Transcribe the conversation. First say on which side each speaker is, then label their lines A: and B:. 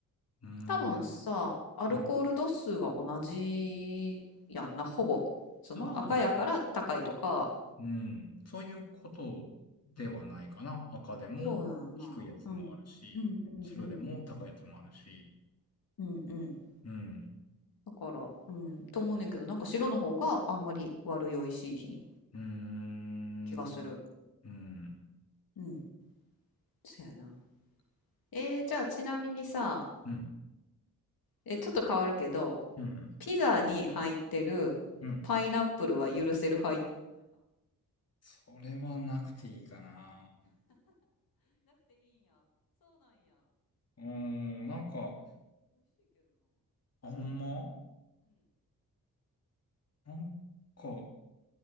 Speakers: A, on the left (about 45°); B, on the left (about 75°).
A: ーん。
B: 多分さ、アルコール度数は同じやんな、
A: うん
B: ほぼ。その赤やから高いとか。
A: まあ、うん。そういうことではないかな。赤でも低いやつもあるし、
B: そうやんな。うん。うんうんうん。
A: 白でも高いやつもあるし。
B: うんうん。
A: うん。
B: だから、うん、と思うねんけど、なんか白の方があんまり悪酔いしいひん
A: うーん。
B: 気がする。
A: うん。
B: うん。そうやな。えー、じゃあちなみにさ、
A: うん。
B: え、ちょっと変わるけど、
A: うん。
B: ピザに入ってるパイナップルは許せる
A: うん。それはなくていいかな。うーん。なんか、あ、ほんまなんか、